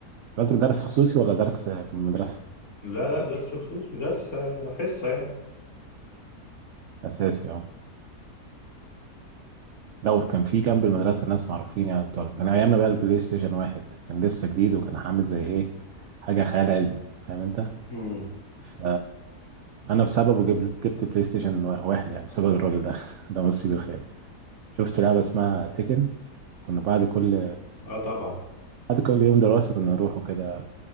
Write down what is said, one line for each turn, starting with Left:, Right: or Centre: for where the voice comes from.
Right: قصدك درس خصوصي ولا درس مدرسه
Left: لا لا درس خصوص درس آه، حصة يعني
Right: اساسي اه لو كان في جنب المدرسه ناس معروفين يعني بتوع كان ايامنا بقى البلاي ستيشن واحد كان لسه جديد وكان عامل زي ايه حاجه خيال علمي فاهم انت
Left: مم.
Right: ف انا بسببه جبت جبت بلاي ستيشن واحد يعني بسبب الراجل ده <laughs> ده مسيب الخير شفت لعبه اسمها تيكن كنا بعد كل
Left: آه طبعا
Right: بعد كل يوم دراسي كنا نروح وكده